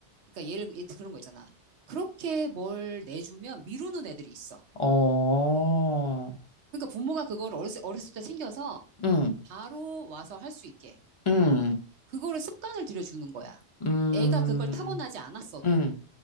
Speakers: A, on the right; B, on the left.
A: 그러니까 예를 그런 거 있잖아. 그렇게 뭘 내주면 미루는 애들이 있어.
B: 어,
A: 그러니까 부모가 그걸 어렸을, 어렸을 때 챙겨서
B: 음,
A: 바로 와서 할 수 있게
B: 음,
A: 그거를 습관을 들여주는 거야.
B: 음,
A: 애가 그걸 타고나지 않았어도.
B: 음.